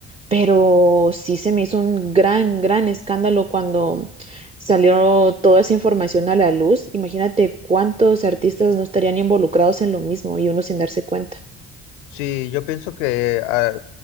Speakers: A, on the right (about 20°); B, on the left (about 85°).
A: Pero sí se me hizo un gran, gran escándalo cuando salió toda esa información a la luz. Imagínate cuántos artistas no estarían involucrados en lo mismo y uno sin darse cuenta.
B: Sí, yo pienso que ah,